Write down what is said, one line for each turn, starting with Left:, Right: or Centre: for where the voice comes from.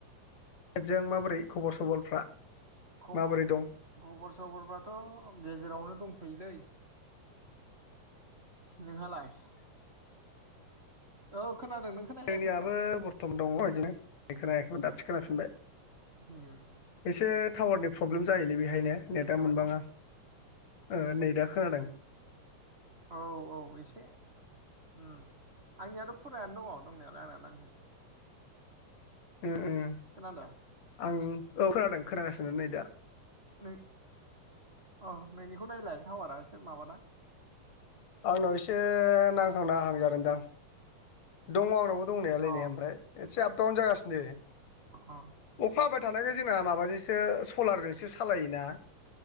Left: जों माबोरै खबर सबरफ्रा?
Right: खबर-
Left: माबोरै दं
Right: खबर सबरफ्राथ' गेजेरावनो। दंथ'योलै। नोंहालाय? <inaudible> औ खोनादों नों खोनाहैयाखै
Left: जोंनियाबो
Right: होनबा
Left: बर्थमान दङ बिदिनो बेखौ दासो खोनाफिनबाय।
Right: होम।
Left: एसे टावारनि प्रब्लेम जायोलै बेहायनो नेटा मोनबाङा?
Right: न'
Left: ओ नै दा खोनादों।
Right: औ औ औ एसे उम आंनियाथ' फुरायानो दङ दंनायालाय आंनिआ नांङो।
Left: उम उम।
Right: खोनादों
Left: आं औ खोनादों खोनागासिनो नै दा
Right: नों अ नोंनिखौ नायलाय थावारा एसे माबाना?
Left: आंनाव एसे नांखांना हांजादोंदां। दङ आंनावबो दंनायालायनाया
Right: अ
Left: ओमफ्रा एसे दाउन जागासिनो।
Right: अ
Left: अखा हाबाय थानायखाय जोंना माबाजों सलार जोंसो सालायोना।